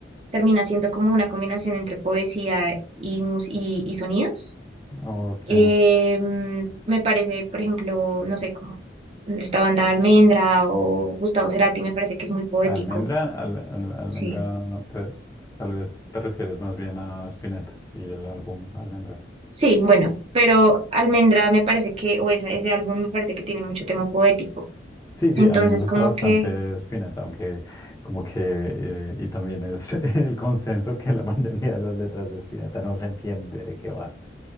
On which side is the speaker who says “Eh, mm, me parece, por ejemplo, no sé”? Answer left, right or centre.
Right